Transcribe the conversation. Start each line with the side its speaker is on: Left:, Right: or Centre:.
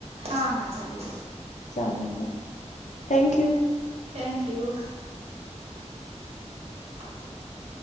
Right: हा हा, चालेल.
Left: चालेल हा, थँक यू.
Right: Thank you. <unintelligible>